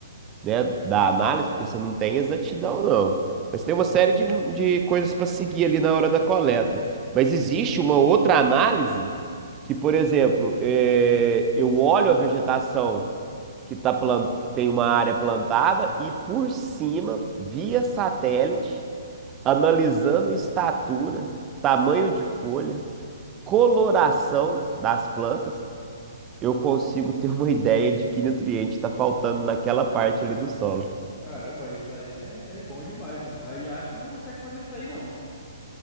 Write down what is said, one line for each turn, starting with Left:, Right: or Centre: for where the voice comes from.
Right: né, da análise, porque você não tem exatidão, não. Mas tem uma série de, de coisas para seguir ali na hora da coleta. Mas existe uma outra análise que, por exemplo, eh, eu olho a vegetação que, tá plan- que tem uma área plantada e por cima, via satélite, analisando estatura, tamanho de folha, coloração das plantas, eu consigo ter uma <laughs> ideia de que nutriente está faltando naquela parte ali do solo.
Left: Caramba, isso aí é, é bom demais, né? Aí acho que não consegue fazer isso aí, não.